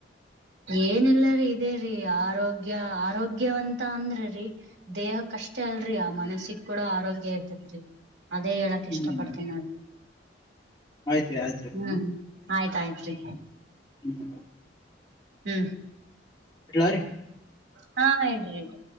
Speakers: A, on the right; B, on the left.
A: ಏನಿಲ್ಲ ರೀ ಇದೇ ರೀ ಆರೋಗ್ಯ ಆರೋಗ್ಯವಂತ ಅಂದ್ರ ರೀ ದೇಹ ಕಷ್ಟ ಅಲ್ರರಿ ಆ ಮನಸಿಕ್ ಕೂಡ ಆರೋಗ್ಯ ಇರ್ತೇತ್ರಿ ಅದೇ ಹೇಳಕ್
B: ಹ್ಮ್
A: ಇಷ್ಟ ಪಡ್ತೀನಿ ನೋಡಿ
B: ಆಯ್ತ್ರಿ ಆಯ್ತ್ರಿ
A: ಹ್ಮ್
B: ಹಾ
A: ಆಯ್ತಾಯ್ತ್ರಿ
B: ಹ್ಮ್
A: ಹ್ಮ್
B: ಎಲ ರೀ
A: ಹಾ ಇಡ್ರಿ ಇಡ್ರಿ